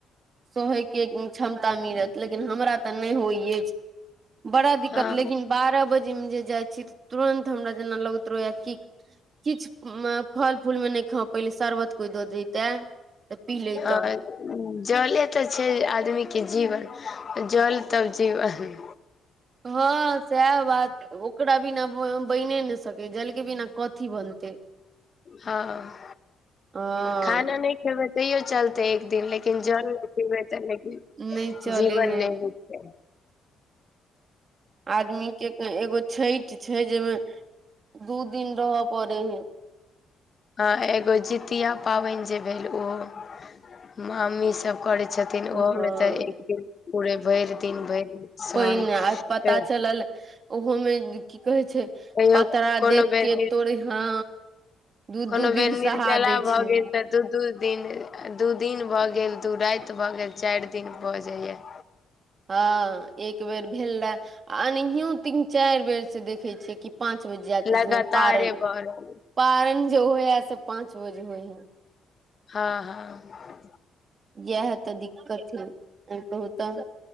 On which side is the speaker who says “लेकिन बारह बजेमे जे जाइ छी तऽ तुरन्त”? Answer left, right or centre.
Right